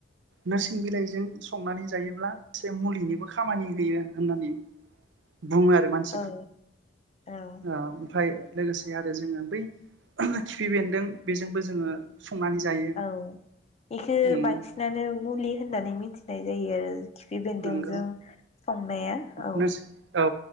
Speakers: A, on the right; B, on the left.
A: नोरसिं बिलाइजों संनानै जायोब्ला इसे मुलिनिबो खामानि होयो होननानै बुङो आरो मानसि ओ
B: औ औ
A: ओमफ्राय लोगोसे आरो जोङो बै खिफि बेन्दों बेजोंबो जोङो संनानै जायो
B: औ बेखो
A: उम
B: बांसिनानो मुलि होन होननानै मिथिनाय जायो आरो खिफि बेन्दोंजों
A: नंगौ
B: संनाया औ
A: नोरसिं औ